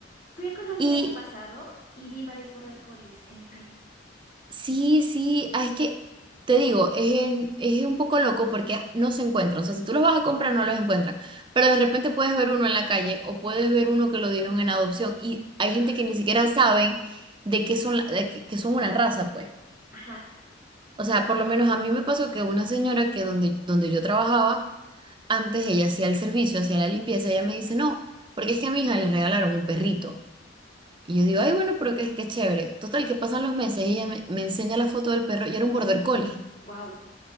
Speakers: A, on the left; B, on the right.
A: Fui a Colombia
B: Y
A: el año pasado y vi varios border collies en la calle.
B: sí, sí, ah, es que te digo, es, en- es un poco loco porque no se encuentran. O sea, si tú los vas a comprar, no los encuentran. Pero de repente puedes ver uno en la calle o puedes ver uno que lo dieron en adopción y hay
A: Ah.
B: gente que ni siquiera saben de qué son, la- de que, que son una raza, pues.
A: Ajá,
B: O sea, por lo menos a mí me pasó que una señora que donde, donde yo trabajaba, Antes ella hacía el servicio, hacía la limpieza, ella me dice, no, porque es que a mi hija le regalaron un perrito. Y yo digo, ay, bueno, pero qué, qué chévere. Total, que pasan los meses y ella me, me enseña la foto del perro y era un border collie.
A: wow.